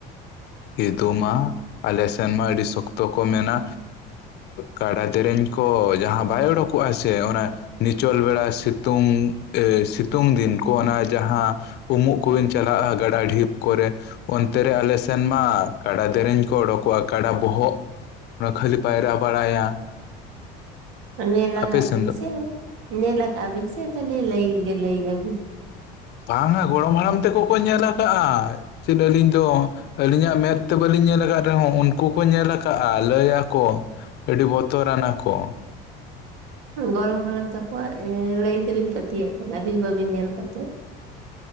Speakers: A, on the left; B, on the right.
A: ᱤᱫᱩ ᱢᱟ ᱟᱞᱮ ᱥᱮᱱ ᱢᱟ ᱟᱹᱰᱤ ᱥᱚᱠᱛᱚ ᱠᱚ ᱢᱮᱱᱟ᱾ ᱠᱟᱰᱟ ᱫᱮᱨᱮᱧ ᱠᱚ ᱡᱟᱦᱟᱸ ᱵᱟᱭ ᱚᱰᱚᱠᱚᱜ-ᱟ ᱥᱮ ᱚᱱᱟ ᱱᱤᱪᱳᱞ ᱵᱮᱲᱟ ᱥᱤᱛᱩᱝ, ᱮᱸᱻ ᱥᱤᱛᱩᱝ ᱫᱤᱱ ᱠᱚ ᱚᱱᱟ ᱡᱟᱦᱟᱸ ᱩᱢᱩᱜ ᱠᱚᱵᱤᱱ ᱪᱟᱞᱟᱜ-ᱟ ᱜᱟᱰᱟ ᱰᱷᱤᱯ ᱠᱚᱨᱮ, ᱚᱱᱛᱮ ᱨᱮ ᱟᱞᱮ ᱥᱮᱱ ᱢᱟ ᱠᱟᱰᱟ ᱫᱮᱨᱮᱧ ᱠᱚ ᱚᱰᱚᱠᱚᱜ-ᱟ ᱠᱟᱰᱟ ᱵᱚᱦᱚᱜ ᱚᱱᱟ ᱠᱷᱟᱹᱞᱤ ᱯᱟᱭᱨᱟ ᱵᱟᱲᱟᱭᱟ᱾
B: ᱧᱮᱞ ᱟᱠᱟᱜ
A: ᱟᱯᱮ ᱥᱮᱱ
B: ᱵᱤᱱ
A: ᱫᱚ
B: ᱥᱮ, ᱧᱮᱞ ᱟᱠᱟᱜ ᱵᱤᱱ ᱥᱮ ᱠᱷᱟᱹᱞᱤ ᱞᱟᱹᱭ ᱜᱮ ᱞᱟᱹᱭᱫᱟᱵᱤᱱ?
A: ᱵᱟᱝᱟ ᱜᱚᱲᱚᱢ ᱦᱟᱲᱟᱢ ᱛᱮᱠᱚ ᱠᱚ ᱧᱮᱞ ᱟᱠᱟᱜ-ᱟ᱾ ᱪᱮᱫ ᱟᱹᱞᱤᱧ ᱫᱚ ᱟᱹᱞᱤᱧᱟᱜ ᱢᱮᱸᱫ ᱛᱮ ᱵᱟᱹᱞᱤᱧ ᱧᱮᱞ ᱟᱠᱟᱫ ᱨᱮᱦᱚᱸ ᱩᱱᱠᱩ ᱠᱚ ᱧᱮᱞ ᱠᱟᱜ-ᱟ ᱞᱟᱹᱭ ᱟᱠᱚ᱾ ᱟᱹᱰᱤ ᱵᱚᱛᱚᱨᱟᱱᱟ ᱠᱚ᱾
B: ᱜᱚᱲᱚᱢ ᱦᱟᱲᱟᱢ ᱛᱟᱠᱚᱣᱟᱜ ᱞᱟᱹᱭ, ᱞᱟᱹᱭ ᱛᱮᱵᱤᱱ ᱯᱟᱹᱛᱭᱟᱹᱜ ᱠᱟᱱᱟ ᱟᱹᱵᱤᱱ ᱵᱟᱹᱵᱤᱱ ᱧᱮᱞ ᱠᱟᱛᱮᱫ᱾